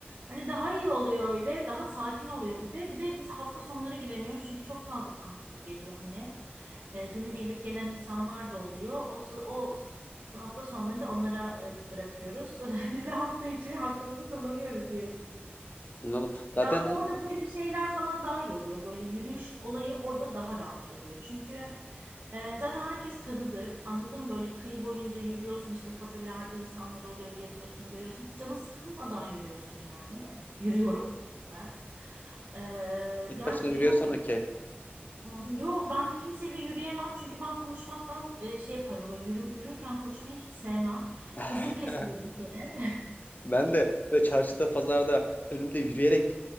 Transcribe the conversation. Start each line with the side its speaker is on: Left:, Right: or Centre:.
Right: Hani daha iyi oluyor öyle, daha sakin oluyor bir de. Bir de biz hafta sonları gidemiyoruz çünkü çok fazla tatilci geliyor hani. E, günübirlik gelen insanlar da oluyor. O, sı- o s- hafta sonlarını da onlara e, bırakıyoruz. <laughs> Biz de hafta içi hakkımızı kullanıyoruz diyelim.
Left: anladım.
Right: Ya
Left: Zaten
Right: ama orada böyle şeyler falan daha iyi oluyor. Böyle yürüyüş olayı orada daha rahat oluyor. Çünkü ee, zaten herkes tanıdık. Anladın mı? Böyle kıyı boyunca yürüyorsun işte kafelerde insanlar oluyor, geziyorsun, görüyorsun. Hiç canı sıkılmadan yürüyorsun yani. Yürüyorum ben. Ee,
Left: ilk
Right: yani
Left: başına
Right: iyi
Left: yürüyorsan
Right: oldu
Left: okey.
Right: Hı hı. Yok ben kimseyle yürüyemem çünkü ben konuşmaktan e, şey yaparım böyle yürü, yürürken konuşmayı hiç sevmem.
Left: <laughs>
Right: Hızım kesilir bir kere.
Left: Ben de böyle çarşıda, pazarda önümde yürüyerek